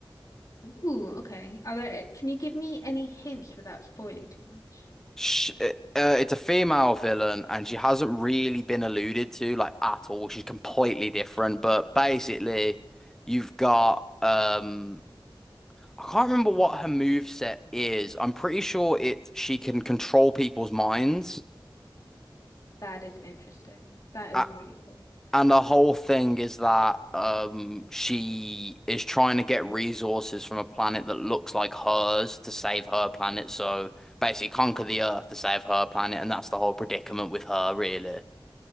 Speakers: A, on the left (about 40°); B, in the centre.
A: Ooh, okay. Are there, can you give me any hints without spoiling too much?
B: Sh uh, it's a female villain, and she hasn't really been alluded to like at all. She's completely different, but basically, you've got um I can't remember what her move set is. I'm pretty sure it she can control people's minds.
A: That is interesting. That
B: A-
A: is really cool.
B: And the whole thing is that um she is trying to get resources from a planet that looks like hers to save her planet. So basically conquer the Earth to save her planet, and that's the whole predicament with her, really.